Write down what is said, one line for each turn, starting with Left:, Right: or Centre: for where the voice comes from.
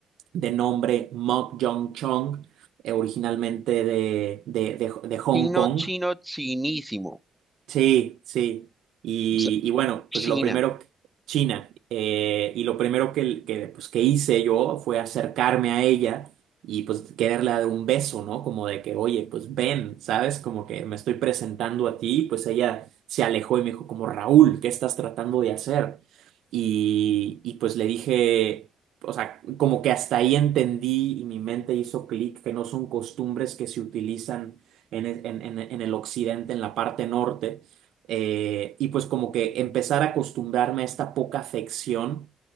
Right: de nombre Mok Jong Chong, eh, originalmente de, de, de- de Hong
Centre: Chino,
Right: Kong,
Centre: chino, chinísimo.
Right: Sí, sí. Y,
Centre: O sea,
Right: y bueno,
Centre: China.
Right: pues lo primero, que- China, eh, y lo primero que, que, pues, que hice yo fue acercarme a ella y pues quererle dar un beso, ¿no? Como de que, oye, pues ven, ¿sabes? Como que me estoy presentando a ti, pues ella se alejó y me dijo como, Raúl, ¿qué estás tratando de hacer? Y, y pues le dije, o sea, como que hasta ahí entendí y mi mente hizo clic que no son costumbres que se utilizan en, e, en en- en el occidente, en la parte norte eh, y pues como que empezar a acostumbrarme a esta poca afección